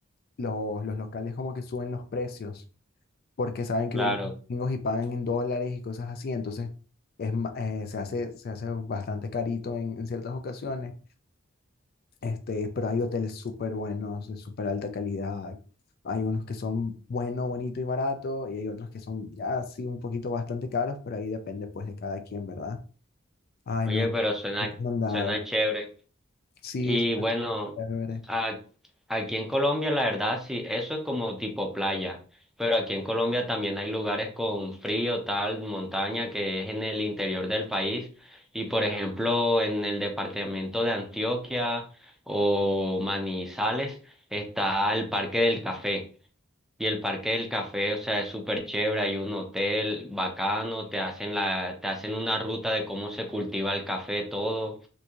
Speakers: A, on the left; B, in the centre.
A: los, los locales como que suben los precios porque saben que
B: Claro.
A: vienen gringos y pagan en dólares y cosas así, entonces es, ma- eh, se hace, se hace bastante carito en, en ciertas ocasiones, este, pero hay hoteles súper buenos, de súper alta calidad, hay unos que son bueno, bonito y barato, y hay otros que son ya sí un poquito bastante caros, pero ahí depende pues de cada quien, ¿verdad? Ay,
B: Oye,
A: no,
B: pero suena,
A: recomendado.
B: suena chévere.
A: Sí,
B: Y
A: suena
B: bueno,
A: súper chévere.
B: a- aquí en Colombia la verdad sí, eso es como tipo playa, pero aquí en Colombia también hay lugares con frío, tal, montaña, que es en el interior del país. Y por ejemplo, en el departamento de Antioquia o Manizales está el Parque del Café. Y el Parque del Café, o sea, es súper chévere, hay un hotel bacano, te hacen la, te hacen una ruta de cómo se cultiva el café, todo.